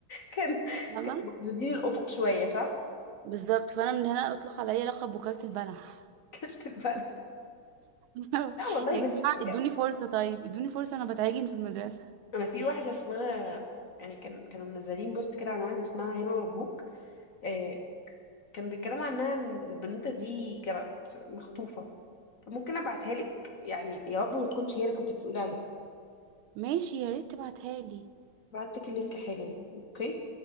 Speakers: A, on the left; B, on the right.
A: كان
B: تمام
A: كانوا محدودين الافق شويه صح
B: بالظبط فانا من هنا اطلق عليا لقب وكاله البلح
A: كلت البلد
B: <laughs>
A: لا والله
B: يا
A: بس
B: جماعة
A: يا-
B: ادوني فرصة طيب ادوني فرصة انا بتعجن في المدرسة
A: انا في واحده اسمها يعني كان كانوا منزلين بوست كده عن واحده اسمها هبه مبروك آه كان بيتكلموا عنها ان البنوته دي كانت مخطوفه فممكن ابعتها لك يعني يا رب ما تكونش هي اللي كنت بتقولي عليها
B: ماشي يا ريت تبعتها لي
A: بعت لك اللينك حالا اوكي